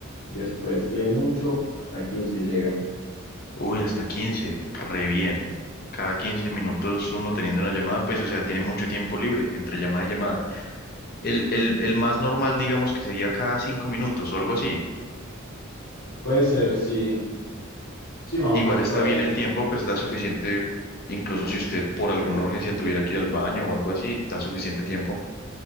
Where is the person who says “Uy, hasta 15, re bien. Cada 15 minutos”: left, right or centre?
Left